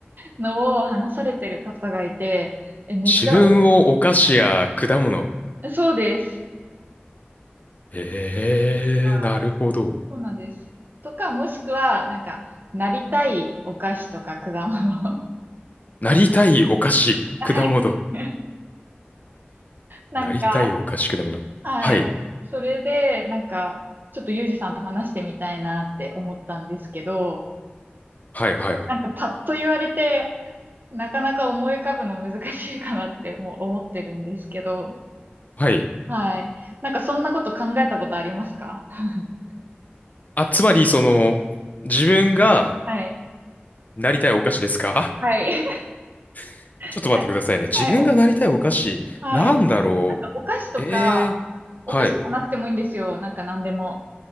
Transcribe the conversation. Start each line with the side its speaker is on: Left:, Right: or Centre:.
Right: のを話されてる方がいて、え、めっちゃ
Left: 自分をお菓子や果物。
Right: お、そうです。
Left: ええー、
Right: あー
Left: なるほど。
Right: そうなんです。とか、もしくは、なんか、なりたいお菓子とか果物。
Left: なりたいお菓子、
Right: <laughs>
Left: 果物。
Right: はい。<laughs> なんか、
Left: なりたいお菓子、果物。
Right: はい。
Left: はい。
Right: それで、なんか、ちょっとユージさんと話してみたいなって思ったんですけど、
Left: はいはいはい。
Right: なんかパッと言われて、なかなか思い浮かぶの難しいかなってもう思ってるんですけど、
Left: はい。
Right: はい。なんかそんなこと考えたことありますか <laughs>
Left: あ、つまり、その、自分が
Right: はい。
Left: なりたいお菓子ですか
Right: はい。
Left: <laughs> ちょっと待ってくださいね。
Right: <laughs>
Left: 自分がなりたいお菓子、
Right: はい。おはい。
Left: なんだろ
Right: なんかお菓子とか、
Left: う。ええ
Right: お菓子じゃなくてもいいんですよ。
Left: ー、はい。
Right: なんか何でも